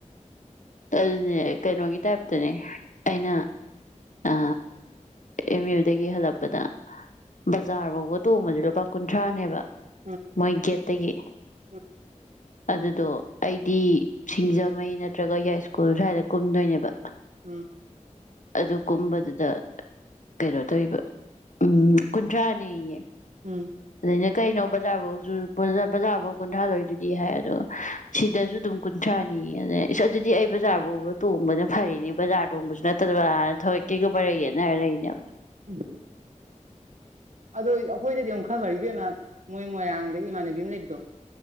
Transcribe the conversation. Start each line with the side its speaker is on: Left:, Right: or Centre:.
Left: ꯑꯗꯨꯅꯦ ꯀꯩꯅꯣꯒꯤ ꯇꯥꯏꯞꯇꯅꯦ ꯑꯩꯅ ꯑ ꯑꯦꯝ ꯌꯨꯗꯒꯤ ꯍꯜꯂꯛꯄꯗ ꯕꯖꯥꯔ ꯐꯥꯎꯕ ꯇꯣꯡꯕꯁ ꯂꯨꯄꯥ ꯀꯨꯟꯊ꯭ꯔꯥꯅꯦꯕ
Right: ꯎꯝ
Left: ꯃꯣꯏꯒꯤꯦꯠꯇꯒꯤ
Right: ꯎꯝ
Left: ꯑꯗꯨꯗꯣ ꯑꯩꯗꯤ ꯁꯤꯡꯖꯃꯩ ꯅꯠꯇ꯭ꯔꯒ ꯌꯥꯏꯁꯀꯨꯜ ꯁ꯭ꯋꯥꯏꯗ ꯀꯨꯝꯗꯣꯏꯅꯦꯕ
Right: ꯎꯝ
Left: ꯑꯗꯨ ꯀꯨꯝꯕꯗꯨꯗ ꯀꯩꯅꯣ ꯇꯧꯔꯤꯕ ꯎꯝ ꯀꯨꯟꯊ꯭ꯔꯥꯅꯦꯌꯦ
Right: ꯎꯡ
Left: ꯑꯩꯅꯥ ꯀꯩꯅꯣ ꯕꯥꯖꯥꯔ ꯕꯥꯎ ꯀꯨꯟꯊ꯭ꯔꯥ ꯂꯧꯔꯤꯁꯤ ꯗꯤ ꯍꯥꯏ ꯑꯗꯨꯒ ꯁꯤꯗꯁꯨ ꯑꯗꯨꯝ ꯀꯨꯟꯊ꯭ꯔꯥꯅꯤ ꯌ‌ꯦ ꯏꯁ ꯑꯗꯨꯗꯤ ꯑꯩ ꯕꯖꯥꯔ ꯐꯥꯎꯕ ꯇꯣꯡꯕꯅ ꯐꯔꯤꯅꯦ ꯕꯖꯥꯔ ꯇꯣꯡꯕꯁꯨ ꯅꯠꯇꯕꯅ ꯊꯧꯌ‌ꯣꯏꯀꯤ ꯃꯔꯩ ꯌ‌ꯦꯠꯅ‌꯭ꯔꯥ ꯂꯩꯔꯤꯅꯤ
Right: ꯎꯝ ꯑꯗꯨ ꯑꯩꯈꯣꯏꯗꯗꯤ ꯑꯃꯨꯛ ꯈꯔ ꯐ꯭ꯔꯤ ꯏꯕꯦꯝꯃ ꯃꯣꯏ ꯃꯣꯏꯔꯥꯡꯗꯒꯤ ꯏꯃꯥꯟꯅꯕꯤ ꯑꯃ ꯂꯩꯕꯗꯣ